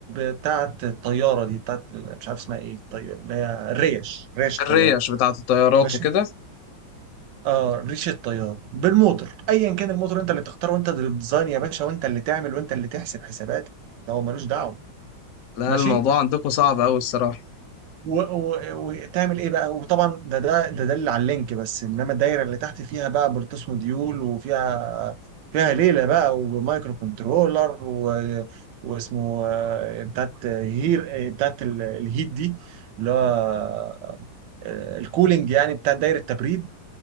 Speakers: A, on the right; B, on the left.
A: بتاعه الطياره دي بتاعه ال- مش عارف اسمها ايه الطياره اللي هي الريش ريش الطياره
B: الريش بتاعة الطيارات
A: ماشي
B: وكده
A: اه ريش الطيار بالموتور ايا كان الموتور انت اللي تختار وانت اللي تديزاين يا باشا وانت اللي تعمل وانت اللي تحسب حسابات ده هو ملوش دعوه
B: لا
A: ماشي
B: الموضوع عندكوا صعب قوي الصراحة
A: و- و- وتعمل ايه بقى وطبعا ده ده ده دليل على اللينك بس انما الدايره اللي تحت فيها بقى بلوتوث موديول وفيها فيها ليله بقى ومايكرو كنترولر و... واسمه آه، بتاعت هير آه، بتاعت ال- الهيت دي اللي هو آه، الكولينج يعني بتاع دايره تبريد